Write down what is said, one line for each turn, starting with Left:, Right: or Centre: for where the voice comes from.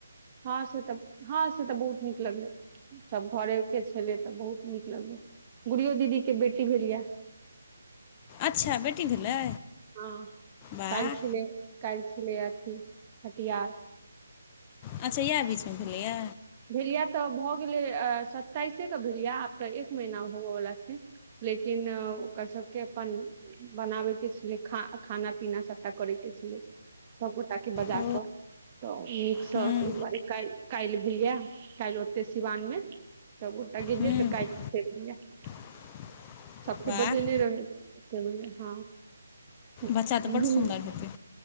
Right: हँ से तऽ हँ से तऽ बहुत नीक लगलै सब घरे के छेलै तऽ बहुत नीक लगलै गुुड़ियो दीदी के बेटी भेलिये
Left: अच्छा बेटी भेलै
Right: हँ
Left: वाह
Right: काल्हि छलै काल्हि छलै अथी छठिहार
Left: अच्छा इएह बीचमे भेलैए
Right: भेल या तऽ भऽ गेलै सत्ताइसेके भेल या आब तऽ एक महीना होबयवला छै लेकिन ओकर सबके अपन बनाबे के छेलै खा खाना पीना सभटा करैके छेलै सब गोटाके बजाक
Left: ओ
Right: त नीकसँ
Left: हुँ
Right: ताहि दुआरे काल्हि काल्हि भेलै यै काल्हि ओतै सिवानमे सभगोटा गेलियै
Left: हुँ
Right: तऽ काल्हि भेल यै <unintelligible>
Left: <inaudible>
Right: सभके
Left: वाह
Right: बजेने रहै ओतै गुड़िया हँ दुनू
Left: बच्चा तऽ
Right: हँ
Left: बड्ड
Right: दू
Left: सुन्दर हेतै